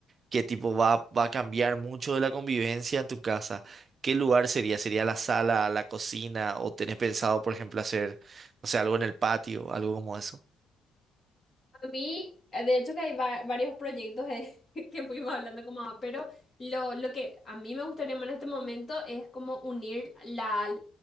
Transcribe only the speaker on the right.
que tipo va, va a cambiar mucho de la convivencia en tu casa. ¿Qué lugar sería? ¿Sería la sala, la cocina? ¿O tenés pensado, por ejemplo, hacer, no sé, algo en el patio, algo como eso?